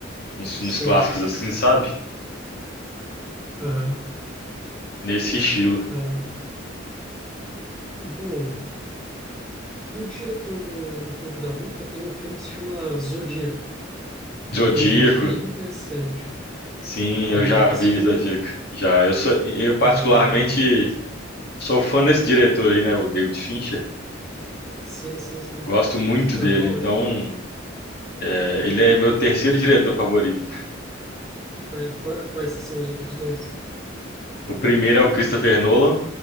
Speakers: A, on the left; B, in the centre.
A: uns filmes
B: sim,
A: clássicos assim, sabe?
B: aham,
A: Nesse estilo.
B: aham. Bom, do diretor do, do Clube da Luta tem um filme que se chama Zodíaco,
A: Zodíaco,
B: que é bem interessante.
A: sim,
B: É,
A: eu já
B: já assistiu
A: vi Zodíaco.
B: ele?
A: Já, eu sou, eu particularmente
B: Ah, legal, legal.
A: sou fã desse diretor aí, né? O David Fincher.
B: Sim, sim, sim.
A: Gosto muito
B: Não,
A: dele,
B: ele é ótimo.
A: então é, ele é meu terceiro diretor favorito.
B: É, qua- quais que são os outros dois?
A: O primeiro é o Christopher Nolan,